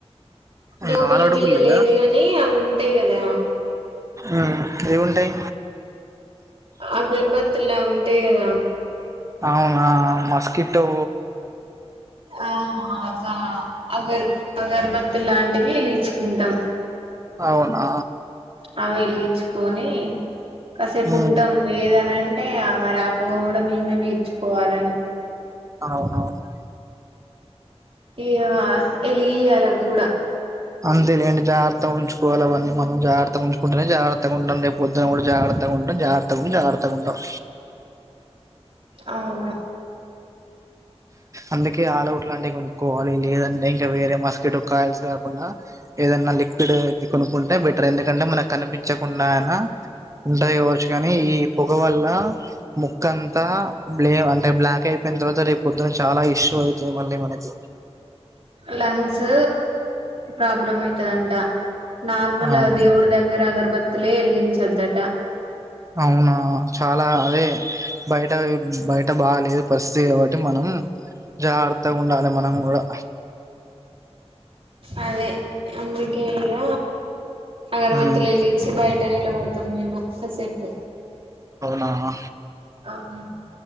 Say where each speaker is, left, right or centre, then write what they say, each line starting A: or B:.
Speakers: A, on the right; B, on the right.
A: అయ్యో,
B: దోమల
A: ఆలు అడుగులు
B: బిల్ల
A: లేదా
B: లేదు గాని అవి ఉంటాయి కదా
A: ఉమ్, ఏవి ఉంటాయి
B: అగర్బత్ ఇలా ఉంటాయి కదా
A: అవునా మస్కీటో
B: ఆ అద అగరు అగరుబత్తి ఇలాంటివి ఎలిగించుకుంటాం
A: అవునా
B: అవి వెలిగించుకొని కాసేపు
A: ఉమ్,
B: ఉంటం లేదనంటే అంటే మరి ఆ పొగ కూడా మేమే పీల్చుకోవాలని
A: అవునవును
B: ఇగ ఎలిగియాల గూడా
A: అంతేలేండి జాగ్రత్తగా ఉంచుకోవాలి అవన్నీ మనం జాగ్రత్తగ ఉంచుకుంటేనే జాగ్రత్తగ ఉంటాం రేపు పొద్దున కూడా జాగ్రత్తగ ఉంటాం జాగ్రత్తగ జాగ్రత్తగ ఉంటాం
B: అవును
A: అందుకే ఆలవుట్లాంటివి కొనుక్కోవాలి లేదంటే ఇంకా వేరే మస్కీటో కాయల్స్ కాకుండా ఏదన్నా లిక్విడ్ కొనుక్కుంటే బెటర్ ఎందుకంటే మనకు కనిపించకుండా అయినా ఉంటది కావచ్చు కానీ ఈ పొగ వల్ల ముక్క అంతా బ్లే అంటే బ్లాక్ అయిపోయిన తర్వాత రేపు పొద్దున చాలా ఇష్యూ అవుతది మళ్ళీ మనకి
B: లంగ్స్ ప్రాబ్లం అయితదంట నార్మల్
A: అవును
B: దేవుడు దగ్గర అగర బత్ త్తులే వెలిగించొద్దట
A: అవునా చాలా అదే బయట బయట బాగాలేదు పరిస్థితి కాబట్టి మనం జాగ్రత్తగా ఉండాలి మనం కూడా
B: అదే అందుకే ఇగ అగరవత్తుల
A: ఉమ్
B: ఎలిగిచ్చి బయట నిలబడ తం మేము కొద్ది సేపు
A: మాహా
B: అవును